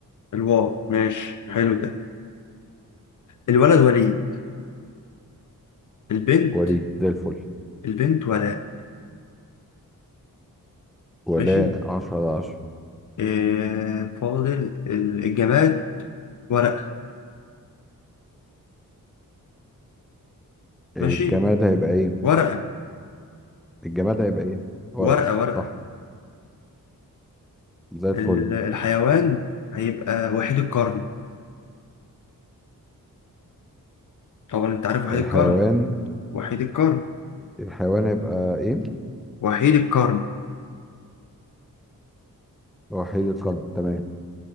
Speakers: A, on the left; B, in the centre.
A: الواو ماشي حلو ده الولد وليد البنت
B: وليد زي الفل
A: البنت ولاء
B: ولا
A: ماشي
B: 10 على 10
A: إيه فاضل ال- الجماد ورقة
B: الجماد
A: ماشي
B: هيبقى ايه
A: ورقة
B: الجماد هيبقى ايه ورق
A: ورقة ورقة
B: صح زي الفل
A: ال- الحيوان هيبقى وحيد القرن طبعا انت عارف وحيد
B: الحيوان
A: القرن وحيد القرن
B: الحيوان هيبقى ايه
A: وحيد القرن
B: وحيد القرن تمام